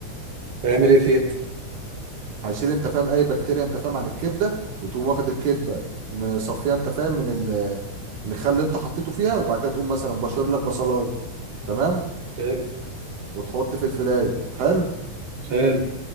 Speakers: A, on the right; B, on the right.
A: هيعمل ايه فيها
B: هيشيل انت فاهم اي بكتيريا انت فاهم عن الكبده وتقوم واخد الكبده مصفيه انت فاهم من ال من الخل اللي انت حطيته فيها وبعد كده تقوم مثلا بشر لك بصلايه تمام
A: حلو
B: وتحط في الفلايه حلو
A: حلو